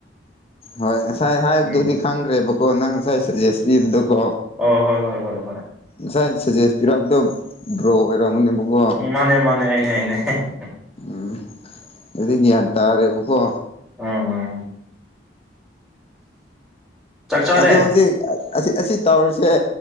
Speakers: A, on the left; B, in the centre.
A: ꯍꯣꯏ ꯉꯁꯥꯏ ꯍꯥꯏꯕꯗꯨꯗꯤ
B: ꯎꯝ
A: ꯈꯪꯈ꯭ꯔꯦꯕꯀꯣ ꯅꯪ ꯉꯁꯥꯏ ꯁꯖꯦꯁ ꯄꯤꯕꯗꯣꯀꯣ
B: ꯑꯣ ꯍꯣꯏ ꯍꯣꯏ ꯍꯣꯏ ꯍꯣꯏ
A: ꯉꯁꯥꯏ ꯁꯖꯦꯁ ꯄꯤꯔꯛꯄꯗꯣ ꯕ꯭ꯔꯣ ꯑꯣꯏꯔꯝꯒꯅꯤꯕꯀꯣ
B: ꯎꯝ ꯃꯥꯅꯦ ꯃꯥꯅꯦ ꯑꯩꯅꯦ ꯑꯩꯅꯦ ꯍꯦꯍꯦꯍꯦ
A: ꯎꯝ ꯑꯗꯨꯗꯤ ꯒꯤꯌꯥꯟ ꯇꯥꯔꯦꯕꯀꯣ
B: ꯎꯝ ꯎꯝ ꯆꯥꯛ ꯆꯥꯔꯦ
A: ꯑꯗꯣ ꯍꯧꯖꯤꯛ ꯑꯁꯤ ꯑꯁꯤ ꯇꯧꯔꯁꯦ꯫